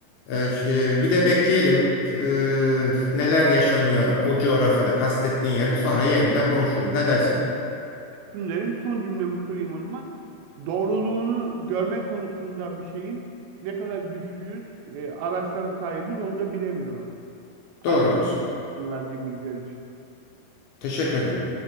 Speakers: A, on the left (about 75°); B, on the right (about 85°).
A: E, ş- bir de bekleyelim e, neler yaşanıyor o coğrafyada kastettiğin yerde sonra yeniden konuşuruz. Ne dersin?
B: Şunu derim son cümlemi kırayım o zaman. Doğruluğunu görme konusunda bir şeyin ne kadar güçlüyüz, e, araçlara sahibiz onu da bilemiyorum.
A: Doğru
B: Abi teşekkür
A: diyorsun.
B: ederim verdiğim bilgiler için.
A: Teşekkür ederim.